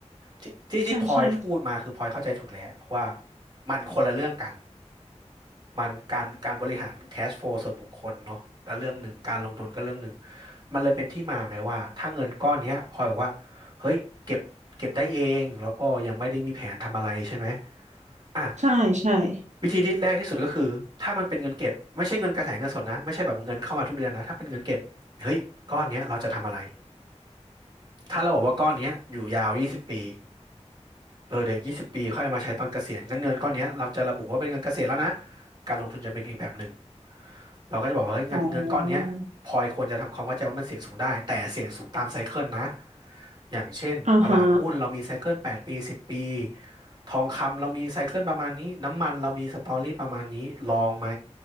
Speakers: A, on the right; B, on the right.
A: ที่ที่ที่พลอยพูดมาคือพลอยเข้าใจถูกแล้ว
B: ใช่ใช่
A: เพราะว่ามันคนละเรื่องกัน มันการการบริหาร cash flow ส่วนบุคคลเนาะก็เรื่องหนึ่งการลงทุนก็เรื่องหนึ่ง มันเลยเป็นที่มาไงว่าถ้าเงินก้อนเนี้ยพลอยบอกว่าเฮ้ยเก็บเก็บได้เอง แล้วก็ยังไม่ได้มีแผนทำอะไรใช่ไหมอ่ะ
B: ใช่ใช่ใช่
A: วิธีที่แรกที่สุดก็คือถ้ามันเป็นเงินเก็บไม่ใช่เงินกระแสเงินสดนะไม่ใช่แบบเงินเข้ามาทุกเดือนนะถ้าเป็นเงินเก็บเฮ้ยก้อนเนี้ยเราจะทำอะไร ถ้าเราบอกว่าก้อนเนี้ยอยู่ยาว 20 ปี เออเดี๋ยว 20 ปี ค่อยเอามาใช้ตอนเกษียณงั้นเงินก้อนเนี้ยเราจะระบุว่าเป็นเงินเกษียณแล้วนะ การลงทุนจะเป็นอีกแบบหนึ่งเราก็จะบอกว่าเฮ้ยเงินเงินก้อนเนี้ยพลอยควรจะทำความเข้าใจว่ามันเสี่ยงสูงได้
B: อ๋อ
A: แต่เสี่ยงสูงตามไซเคิลนะ อย่างเช่นตลาดหุ้นเรามีไซเคิล8ปดปี10ปี
B: อ่าฮะ
A: ทองคำเรามีไซเคิลประมาณนี้ น้ำมันเรามีสตอรี่ประมาณนี้ลองไหม